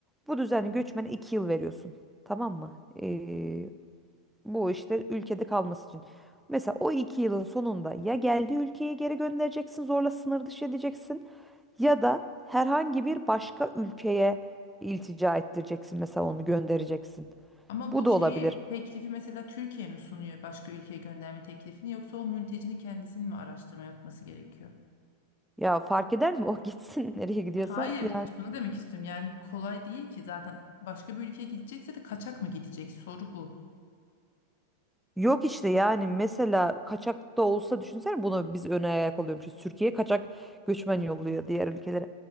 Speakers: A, in the centre; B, on the left.
A: Bu düzenli göçmene iki yıl veriyorsun. Tamam mı? Ee, bu işte ülkede kalması için. Mesela o iki yılın sonunda ya geldiği ülkeye geri göndereceksin zorla sınır dışı edeceksin ya da herhangi bir başka ülkeye iltica ettireceksin mesela onu göndereceksin.
B: Ama
A: Bu
B: bu
A: da olabilir.
B: şeyi teklifi mesela Türkiye mi sunuyor başka ülkeye gönderme teklifini yoksa o mültecinin kendisinin mi araştırma yapması gerekiyor?
A: Ya fark eder mi o <laughs> gitsin nereye gidiyorsa
B: Hayır,
A: yani.
B: şunu demek istiyorum. Yani kolay değil ki zaten başka bir ülkeye gidecekse de kaçak mı gidecek? Soru bu.
A: Yok işte yani mesela kaçak da olsa düşünsene bunu biz öne ayak oluyormuşuz. Türkiye kaçak göçmen yolluyor diğer ülkelere.